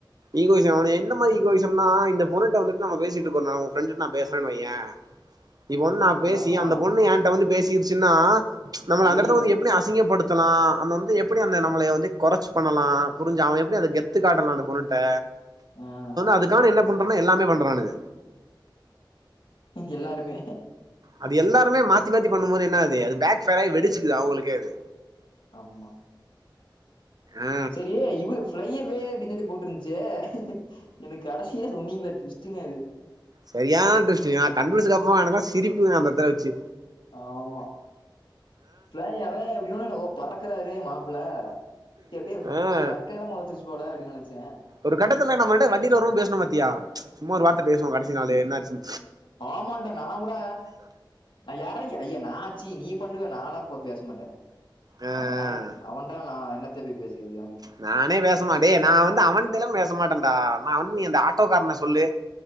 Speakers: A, on the right; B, on the left.
A: ஈகோயிசம் என்ன மாதி ஈகோயிஷம்னா இந்த பொண்ணுட்ட வந்துட்டு நம் பேசிட்டு இருக்கோனா ஓ ஃபிரண்டுட்ட பேசுறே வையே நீ ஒன்னா பேசி
B: ஆமா
A: அந்த பொண்ணு ஏன்ட்ட வந்து பேசிடுச்னா நம்மள அந்த
B: எரியிரு
A: இடத்ல வந்து எப் டி அசிங்கப்படுத்தலா அந்த வந்து எப்படி அந்த நம்மளை வந்து குறைச் பண்ணலா புரிஞ்சா அவன் எப்டி அந்த கெத்து காட்டலா அந்த பொண்ணுட் ட
B: <unintelligible>
A: அதுக்கான என்ன பண்றன எல்லாமே பண்றானுக
B: எல்லாருமே
A: அது எல்லாருமே மாத்தி மாத்தி பண்ணு போது என்னாகுது அது பேக் ஃபையர் வெடிச்சுது அவுங்களுக்கே அது
B: ஆமா
A: ஆ
B: செரி இவ்ஃப் ஃப்ளையவே அப்பிடினு சொல்லி போட்டுருன்ச்சே எனக்கு கடசியில சொன்னிகலே டுவிஸ்டுங்க அது
A: செரியானா டிவிஸ்டுங்க நா கண்புடுசதுகப்பறமா எனகூட சிரிப்புங்க அந்த எடத்துல வெச்சு
B: ஆமா ஃப்ளையவே அப்டினவுடனே ஓ பறக்குறாரு மாப்பிள எப்டியே
A: ஆ
B: இது ரக்க எல்லா மொளச்சச்சு போல அப்டின்னு நெனைச்சே
A: ஒரு கட்டத்துல நம்ம ரெண்டு பேரு வண்டியில வரு போது பேசுணோ பாத்தியா சும்மா ஒரு வார்த்தை பேசுவோ கடசி நாளு என்ன ஆச்சு
B: ஆமாடா நா கூட நா எறங்கி ஐய நா ச்சீ நீ பண்ணுவ நானா போப் பேச மாட்டே
A: ஆஹ்,
B: அந்த நாய்ட் அவன்டா நா என்னத்த போய் பேசிருக அவ
A: நானே பேச மாட் டே நா வந்து அவன்டேல்லா பேசமாட்டேன்டா நா வந்து நீ அந்த ஆட்டோ காரனை சொல்லு